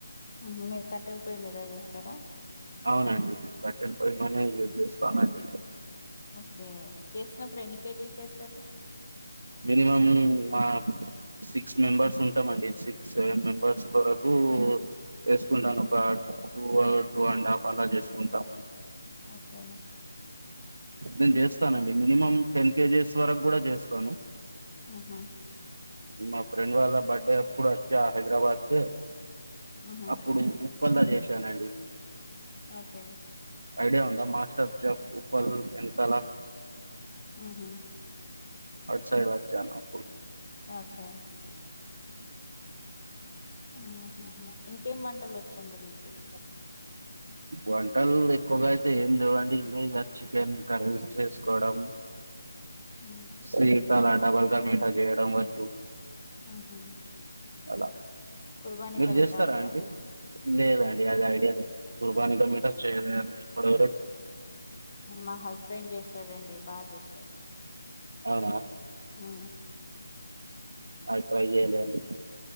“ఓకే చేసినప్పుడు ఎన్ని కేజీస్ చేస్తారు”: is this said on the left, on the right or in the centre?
Left